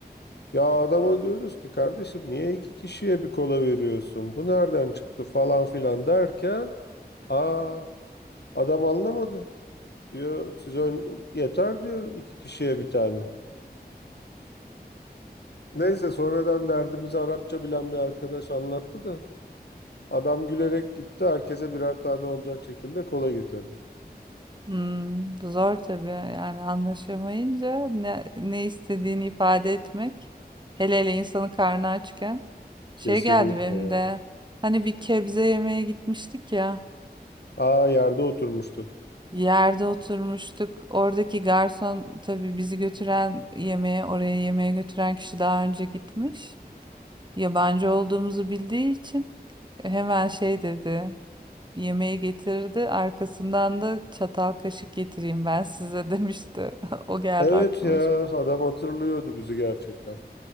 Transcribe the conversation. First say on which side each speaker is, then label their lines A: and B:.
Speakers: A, on the left (about 80°); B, on the right (about 25°).
A: Ya adama diyoruz ki kardeşim niye iki kişiye bir kola veriyorsun? Bu nereden çıktı falan filan derken aa adam anlamadı. Diyor siz ön- yeter diyor iki kişiye bir tane. Neyse sonradan derdimizi Arapça bilen bir arkadaş anlattı da Adam gülerek gitti. Herkese birer tane olacak şekilde kola getirdi.
B: Hmm, zor tabii yani anlaşamayınca ne, ne istediğini ifade etmek hele hele insanın karnı açken şey
A: Kesinlikle
B: geldi benim
A: ya.
B: de hani bir kebze yemeye gitmiştik ya
A: Aa yerde oturmuştuk.
B: yerde oturmuştuk oradaki garson tabii bizi götüren yemeğe oraya yemeğe götüren kişi daha önce gitmiş yabancı olduğumuzu bildiği için hemen şey dedi yemeği getirdi. Arkasından da çatal kaşık getireyim ben size demişti. <laughs> O geldi
A: Evet
B: aklıma
A: ya
B: şimdi.
A: adam hatırlıyordu bizi gerçekten.